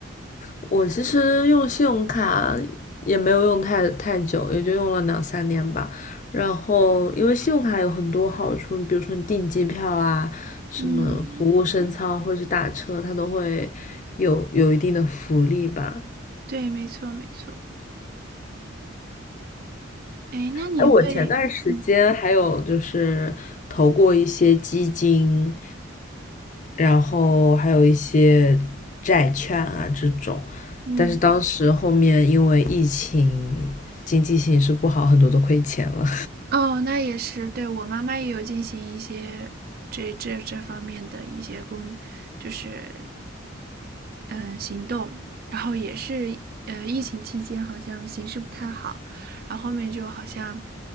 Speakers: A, on the left (about 40°); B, on the right (about 50°).
A: 我其实用信用卡也没有用太太久，也就用了两三年吧。然后，因为信用卡有很多好处，比如说你订机票啊，什么服务升舱或者是打车，
B: 嗯，
A: 它都会有有一定的福利吧。
B: 对，没错，没错。哎，那你会，
A: 哎，我前段时间还有就是投过一些基金，
B: 嗯
A: 然后还有一些债券啊这种，
B: 嗯，
A: 但是当时后面因为疫情，经济形势不好，很多都亏钱了。
B: 哦，那也是，对，我妈妈也有进行一些这这这方面的一些工，就是嗯呃行动，然后也是呃疫情期间好像形势不太好，然后后面就好像